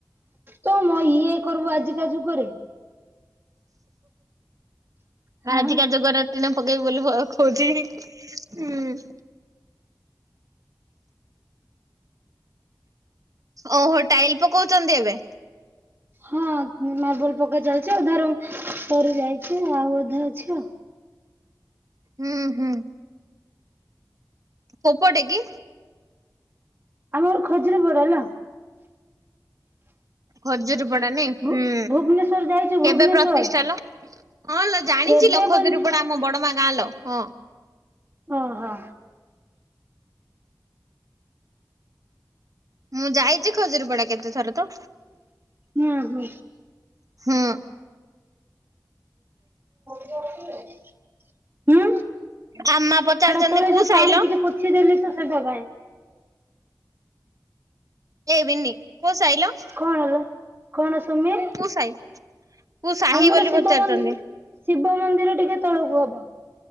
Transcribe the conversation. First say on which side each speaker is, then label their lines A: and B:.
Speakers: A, on the right; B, on the right.
A: ତ ମ ଇଏ କରିବୁ ଆଜିକା ଯୁଗରେ। ହାଁ
B: ଆଜିକା ଯୁଗର ଟିଣ ପକେଇବୁ ବୋଲି ଭ କହୁଛି ହୁଁ। ଓହୋ ଟାଇଲ ପକଉଛନ୍ତି ଏବେ?
A: ହଁ ମାର୍ବଲ ପକା ଚାଲିଛି ଅଧାରୁ ସରିଯାଇଛି ଆଉ ଅଧା ଅଛି।
B: ହୁଁ ହୁଁ। ପୋକଟେ କି?
A: ଆମ ଘର ଖଜୁରପଡା ଲୋ।
B: ଖଜୁରିପଡ଼ା ନୁହେଁ
A: ଭୁ
B: ହୁଁ।
A: ଭୁବନେଶ୍ଵର ଯାଇଛୁ ଭୁବନେଶ୍ଵର
B: କେବେ ପ୍ରତିଷ୍ଠା ଲୋ ହଁ ଲୋ ଜାଣିଚି
A: କେବେ
B: ଲୋ ଖଦଜୁରିପଡା
A: ବଲ
B: ଆମ ବଡମା ଗାଁ ଲୋ ହଁ।
A: ଓହୋ।
B: ମୁଁ ଯାଇଛି ଖଜୁରପଡା କେତେ ଥର ତ।
A: ହୁଁ ହୁଁ।
B: ହୁଁ।
A: ହ ହୁଁ
B: ଆମା ପଚାରିଚନ୍ତି
A: ଛଡା ତଳେ
B: କୋଉ
A: ଯୋଉ
B: ସାଇ
A: ପାଣି
B: ଲୋ?
A: ଟିକେ ପୋଛିଦେଲି ତ ସେଇଟା ପାଇଁ।
B: ଏ ବିନି କୋଉ ସାଇଲୋ?
A: କଣ ହେଲା କଣ ଶୁମି
B: ସାଇ? କୋଉ ସାହି
A: ଆମର
B: ବୋଲି
A: ଶିବ
B: ପଚାରିଚନ୍ତି
A: ମନ୍ଦି ଶିବ ମନ୍ଦିର ଟିକେ ତଳକୁ ହବ।